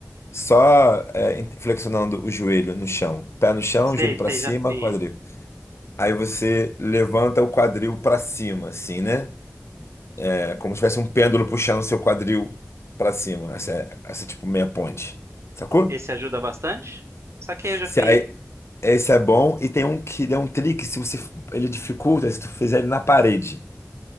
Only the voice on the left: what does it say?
só é, en- flexionando o joelho no chão. Pé no chão,
joelho para
cima,
quadril. Aí você levanta o quadril para cima, assim, né? É como se tivesse um pêndulo puxando o seu quadril pra cima. Essa é, essa é tipo meia ponte. Sacou?
Se
aí, esse é bom e tem um que é um trick, se você ele dificulta se tu fizer ele na parede.